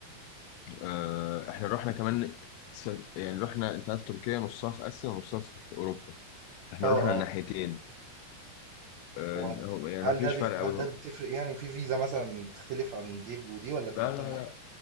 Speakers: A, on the left; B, on the right.
A: آه، احنا رحنا كمان سف... يعني رحنا انت عارف تركيا نصها في اسيا ونصها في اوروبا احنا
B: آه،
A: رحنا الناحيتين
B: آه،
A: آه،
B: وهل
A: هم- يعني ما فيش
B: ده بيخ
A: فرق قوي
B: هل ده بتفرق يعني في فيزا مثلًا بتختلف عن دي ودي والّا
A: لا
B: الاتنين
A: لا
B: واحد؟
A: لا